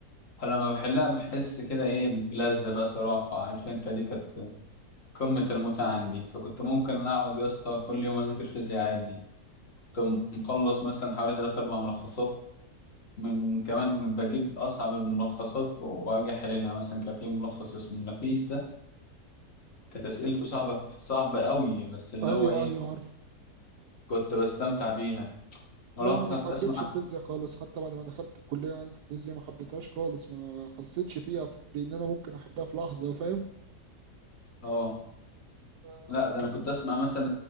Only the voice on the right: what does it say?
ايوه
ايوه عارف
لا انا ما حبيتش
الفيزياء خالص حتى بعد ما دخلت الكليه عندي الفيزياء ما حبيتهاش خالص ما حسيتش فيها بان انا ممكن احبها في لحظه فاهم
آه،
بصراحة.